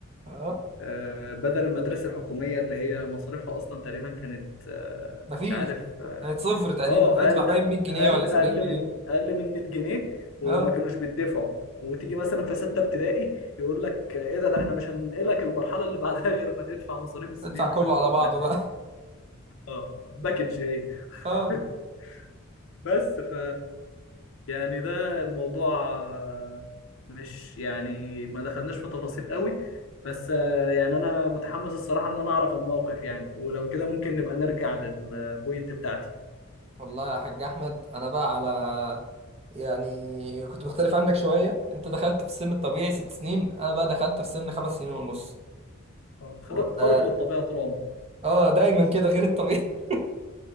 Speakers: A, on the right; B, on the left.
A: اه
B: آه، بدل المدرسة الحكومية اللي هي مصاريفها أصلا تقريبا كانت آه،
A: مفيش
B: مش عارف اه
A: كانت صفر تقريبا
B: آه،
A: بندفع
B: أقل
A: باين 100 جنيه
B: أقل
A: ولا 70
B: أقل
A: جنيه
B: من أقل من 100 جنيه وما
A: اه
B: كانوش بيدفعوا وتيجي مثلا في ستة ابتدائي يقول لك آه، إيه ده ده إحنا مش هننقلك المرحلة اللي بعدها <laughs> غير ما تدفع مصاريف السنين
A: ادفع كله
B: اللي فاتت
A: على
B: كلها
A: بعضه بقى
B: أه باكج هي <laughs>
A: <laughs> اه
B: بس ف يعني ده الموضوع آه، مش يعني ما دخلناش في تفاصيل قوي بس آه، يعني انا متحمس الصراحة ان انا اعرف الموقف يعني ولو كده ممكن نبقى نرجع للبوينت بتاعتي
A: والله يا حاج احمد انا بقى على يعني كنت مختلف عنك شويه انت دخلت في السن الطبيعي ست سنين انا بقى دخلت في سن خمس سنين ونص
B: آه، خارق
A: و-
B: خارق
A: اه
B: للطبيعة طول عمري
A: آه، دايما كده غير الطبيعي <laughs>